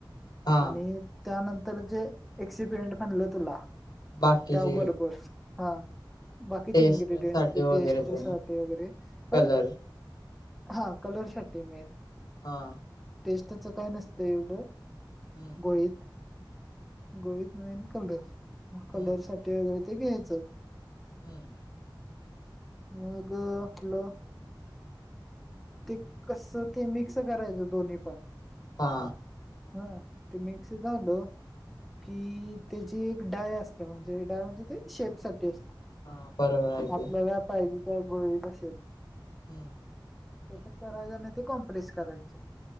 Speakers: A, on the left; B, in the centre.
A: हा
B: आणि त्यानंतर जे एक्सिब्लेंट म्हणलं तुला
A: बाकीचे
B: त्या बरोबर हा बाकीचे
A: टेस्ट
B: इन्ग्रेडियंट
A: साठी वगैरे
B: टेस्टसाठी
A: तेन
B: वगैरे
A: कलर
B: पण हा कलर्ससाठी मेन
A: हा
B: टेस्टच काय नसतं एवढं,
A: हम्म
B: गोळीत गोळीत मेन कलर्स मग
A: हम्म
B: कलर्ससाठी वगैरे ते घ्यायचं
A: हम्म
B: मग आपलं ते कसं ते मिक्स करायचं दोन्ही पण
A: हा
B: हा ते मिक्स झालं कि त्याची एक डाय असते म्हणजे डाय म्हणजे ते शेप साठी
A: हा बरोबर आहे की
B: आपल्याला पाहिजे त्या गोळीचा शेप
A: हम्म
B: तस करायचं नाही तर कॉम्प्रेस करायच्या